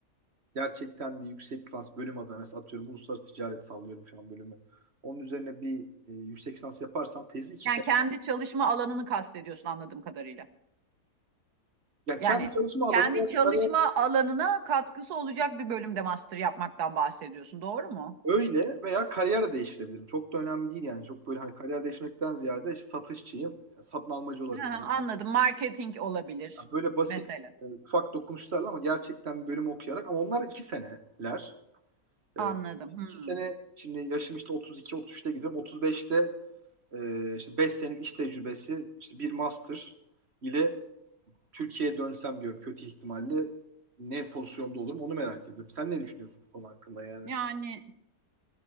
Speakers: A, on the right; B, on the right.
A: gerçekten bir yüksek lisans bölüm adına mesela atıyorum uluslararası ticaret sallıyorum şu an bölümü. Onun üzerine bir e, yüksek lisans yaparsam tezi iki
B: Yani
A: sene.
B: kendi çalışma alanını kastediyorsun anladığım kadarıyla.
A: Yani
B: Yani
A: kendi çalışma alanı
B: kendi
A: veya
B: çalışma
A: kariyer
B: alanına katkısı olacak bir bölümde master yapmaktan bahsediyorsun, doğru mu?
A: öyle veya kariyer de değiştirebilirim. Çok da önemli değil yani. Çok böyle hani kariyer değişmekten ziyade işte satışçıyım, satın almacı olabilirim.
B: Ha, anladım. Marketing olabilir
A: Yani böyle basit
B: mesela.
A: e, ufak dokunuşlarla ama gerçekten bir bölüm okuyarak ama onlar iki seneler.
B: Anladım.
A: E, iki
B: Hmm.
A: sene şimdi yaşım işte 32-33'te gidiyorum. 35'te Ee, işte 5 senelik iş tecrübesi, işte bir master ile Türkiye'ye dönsem diyorum kötü ihtimalle ne pozisyonda olurum onu merak ediyorum. Sen ne düşünüyorsun bu konu hakkında yani?
B: Yani